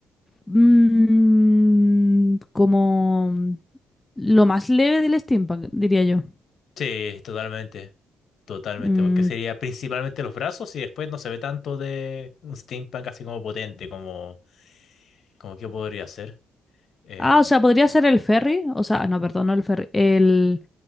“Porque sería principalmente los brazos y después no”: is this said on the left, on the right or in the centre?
Left